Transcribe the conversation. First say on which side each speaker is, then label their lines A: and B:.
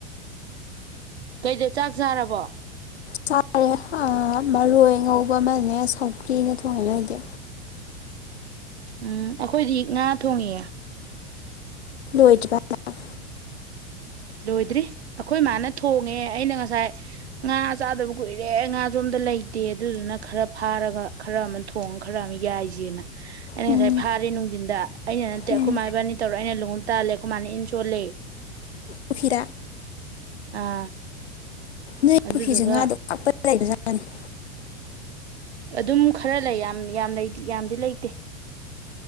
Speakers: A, on the right; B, on the left.
A: ꯀꯩꯗ ꯆꯥꯛ ꯆꯥꯔꯕꯣ
B: ꯆꯥꯔꯦ ꯃꯔꯣꯏ ꯉꯧꯕ ꯑꯃꯅꯦ ꯁꯧꯒ꯭ꯔꯤꯔꯅꯦ ꯊꯣꯡꯉꯦ ꯅꯣꯏꯗꯤ
A: ꯎꯝ꯫ ꯑꯈꯣꯏꯗꯤ ꯉꯥ ꯊꯣꯡꯉꯤꯌꯦ꯫
B: ꯂꯣꯢꯗ꯭ꯔꯤ <unintelligible>
A: ꯂꯣꯏꯗ꯭ꯔꯤ ꯑꯈꯣꯏ ꯃꯥꯅ ꯊꯣꯡꯉꯦ ꯑꯩꯅ ꯉꯁꯥꯏ ꯉꯥ ꯆꯥꯗꯕ ꯀꯨꯏꯔꯦ ꯉꯥꯁꯨ ꯑꯝꯇ ꯂꯩꯇꯦ ꯑꯗꯨꯗꯨꯅ ꯈꯔ ꯐꯥꯔꯒ ꯈꯔ ꯑꯃ ꯊꯣꯡꯉ ꯈꯔ ꯑꯃ ꯌꯥꯏꯁꯦꯅ꯫ ꯑꯩꯅ
B: ꯎꯝ
A: ꯉꯁꯥꯏ ꯐꯥꯔꯦ ꯅꯨꯡꯗꯤꯟꯗ ꯑꯩꯅ ꯅꯠꯇꯦ
B: ꯎꯝ
A: ꯑꯈꯣꯏ ꯃꯥ ꯏꯕꯥꯅꯤ ꯇꯧꯔ ꯑꯩꯅ ꯂꫭꯡꯉꯨꯞ ꯇꯥꯜꯂꯦ ꯑꯈꯣꯏ ꯃꯥꯅ ꯏꯟ ꯁꫭꯜꯂꯦ꯫
B: ꯄꯨꯈꯤꯗ꯫
A: ꯑꯥ꯫
B: ꯅꯣꯏ
A: ꯑꯗꯨꯗꯨꯒ
B: ꯄꯨꯈꯤꯁꯦ ꯉꯥꯗꯨꯝ <unintelligible> ꯂꯩꯕꯖꯥꯠꯅꯤ <unintelligible>
A: ꯑꯗꯨꯝ ꯈꯔ ꯂꯩ ꯌꯥꯝ ꯌꯥꯝ ꯂꯩꯗꯤ ꯌꯥꯝꯗꯤ ꯂꯩꯇꯦ꯫